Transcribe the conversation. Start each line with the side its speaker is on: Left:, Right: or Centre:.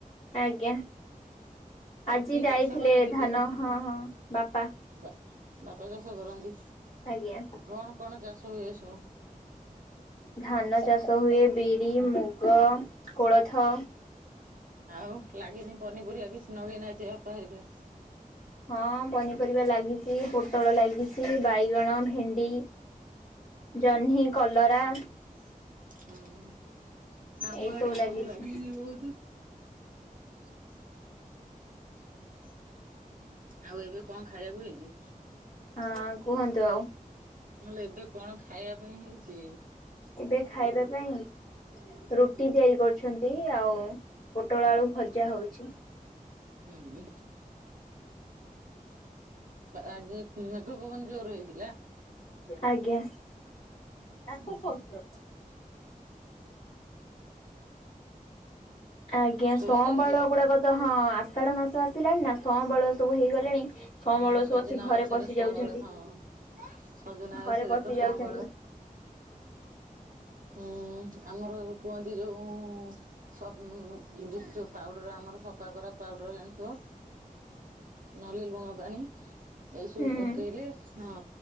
Left: ଆଜ୍ଞା ଆଜି
Right: କିଏ
Left: ଯାଇଥିଲେ
Right: ଚାଷ କରନ୍ତି
Left: ଧାନ
Right: କିଏ?
Left: ହଁ ହଁ ବାପା
Right: ବା ବାପା ଚାଷ କରନ୍ତି
Left: ଆଜ୍ଞା
Right: କଣ କଣ ଚାଷ ହୁଏ ସବୁ?
Left: ଧାନ ଚାଷ ହୁଏ ବିରି, ମୁଗ, କୋଳଥ
Right: ଆଉ ଲାଗିନି ପନିପରିବା କିଛି ନଗେଇନାହାଁନ୍ତି ବାପା ଘରିକା?
Left: ହଁ ପନିପରିବା ଲାଗିଚି ପୋଟଳ ଲାଗିଛି ବାଇଗଣ, ଭେଣ୍ଡି ଜହ୍ନି, କଲରା
Right: ହୁଁ ଆମର
Left: ଏଇ ସବୁ
Right: ଏଠି ବି
Left: ଲାଗିଛି
Right: ହେମତି ଲାଗିଚି ବହୁତୁ। ଆଉ ଏବେ କଣ ଖାଇବାକୁ ହେଇଚି?
Left: ହଁ କୁହନ୍ତୁ ଆଉ।
Right: ମୁଁ କହିଲି ଏବେ କଣ ଖାଇବା ପାଇଁ ହେଇଚି?
Left: ଏବେ ଖାଇବା ପାଇଁ ରୁଟି ତିଆରି କରୁଛନ୍ତି ଆଉ ପୋଟଳ ଆଳୁ ଭଜା ହଉଛି।
Right: ହୁଁ। ଆଜି ମେଘପବନ ଜୋରେ ହେଇଥିଲା?
Left: ଆଜ୍ଞା ଆକୁ
Right: ଓହୋ
Left: କହୁଛ। ଆଜ୍ଞା
Right: ଶୁଭା
Left: ସମ୍ୱାଳୁଆ
Right: ଯାଉଛି?
Left: ଗୁଡାକ ତ ହଁ ଆଷାଢ ମାସ ଆସିଲାଣି ନା ସମ୍ବାଳୁଆ ସବୁ ହେଇଗଲେଣି। ସମ୍ୱାଳୁଆ
Right: ହଁ ସଜନା
Left: ଆସି ଘରେ
Right: ଗଛରେ
Left: ପଶି
Right: ସଅଁବାଳ
Left: ଯାଉଛନ୍ତି
Right: ହଁ ସଜନା
Left: ଘରେ
Right: ଗଛରେ
Left: ପଶି
Right: ତ ସଅଁବାଳ
Left: ଯାଉଛନ୍ତି।
Right: ହୁଁ ଆମର କୁହନ୍ତି ଯୋଉ ସବୁ ପାଉଡର ଆମର ସଫା କରା ପାଉଡର ଜାଣିଥିବ? ନହେଲେ ଲୁଣ ପାଣି। ଏଇସବୁ
Left: ହୁଁ।
Right: ପକେଇଲେ ହଁ